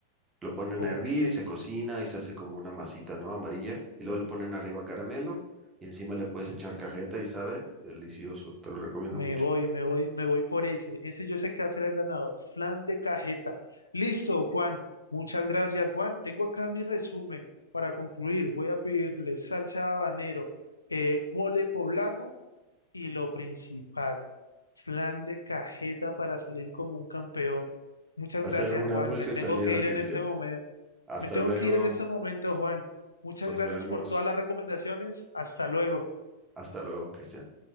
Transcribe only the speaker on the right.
lo ponen
a hervir y se cocina y se hace como una masita, ¿no? Amarilla, y luego le ponen arriba caramelo y encima le puedes echar cajeta y sabe, delicioso, te lo recomiendo
mucho.
Va
a ser una
dulce
salida,
Cristian.
Hasta
luego,
nos
vemos.
Hasta luego, Cristian.